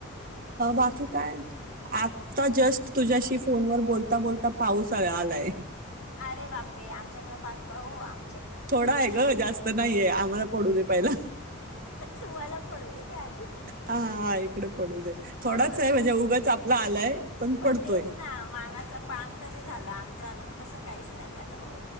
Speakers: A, on the right (about 40°); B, on the left (about 75°).
A: अ बाकी काय आता जस्ट तुझ्याशी फोन व बोलता बोलता पाऊस आलाय
B: अरे बापरे आमच्याकडे पाठवा आम
A: थोडा आहे ग जास्त नाहीय आम्हाला पडू दे पहिला
B: तुम्हाला पडू दे काय आधी
A: हा इकड पडू दे
B: मग
A: थोडाच
B: भरपूर
A: आहे म्हणजे उगाच आपला आलाय
B: पण
A: पडतोय
B: तेच ना मानाच पान तरी झालं आमच अजून कस काहीच नाही झालं हो